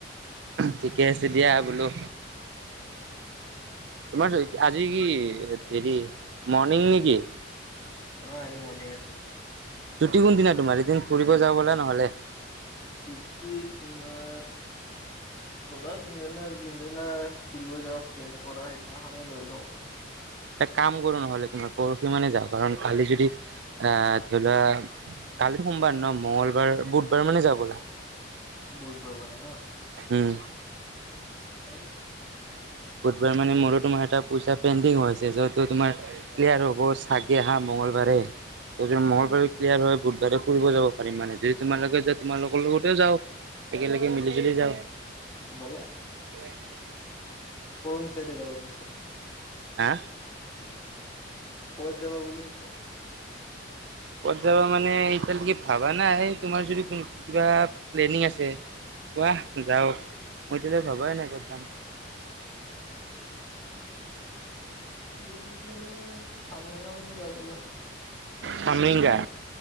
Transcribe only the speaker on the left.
<inaudible>
অহ, আজি মৰ্ণিং আছিল।
ছুটী তোমাৰ ব'লা কোনদিনা জোনদিনা ফুৰিব যাব প্লেন কৰা সিদিনাখনে লৈ লও।
বুধবাৰ মানে ন'।
পাৰি।
উম,
ব'লা।
কোন চাইডে যাব পিছে?
ক'ত যাবা বোলো পিছে?
<unintelligible> সামৰেঙা পিনে যাওঁ বলা?